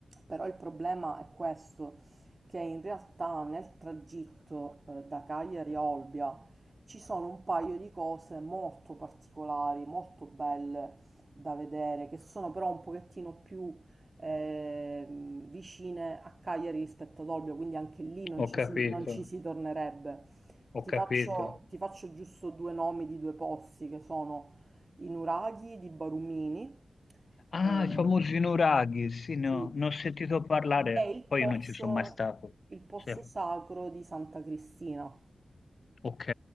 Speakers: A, on the right; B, on the left.
A: Però il problema è questo, che in realtà nel tragitto eh, da Cagliari a Olbia ci sono un paio di cose molto particolari, molto belle da vedere, che sono però un pochettino più eh, vicine a Cagliari rispetto ad Olbia, quindi anche lì non
B: Ho
A: ci
B: capito,
A: si, non ci si tornerebbe.
B: ho
A: Ti
B: capito.
A: faccio, ti faccio giusto due nomi di due posti che sono i nuraghi di Barumini,
B: Ah,
A: eh,
B: i famosi nuraghi, sì, no,
A: sì,
B: ne ho sentito parlare,
A: è il
B: poi
A: pozzo,
B: io non ci sono mai stato.
A: il pozzo
B: Sì,
A: sacro di Santa Cristina.
B: ok,